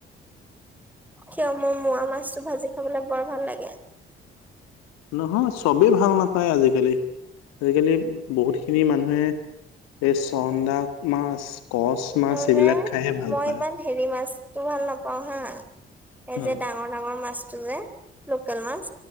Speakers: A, in the centre; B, on the left.
A: কিয়, মোৰ মোৱা মাছটো ভাজি খাবলৈ বৰ ভাল লাগে।
B: নহয় চবেই ভাল নাপায় আজিকালি। আজিকালি বহুত খিনি মানুহ এই চন্দা মাছ কচ মাছ
A: তাৰমানে
B: এইবিলাক খাইহে ভাল পায়।
A: ইমান হেৰি মাছটো মই ভাল নাপাও হা। এই
B: উম
A: যে ডাঙৰ ডাঙৰ মাছটো যে লোকেল মাছ।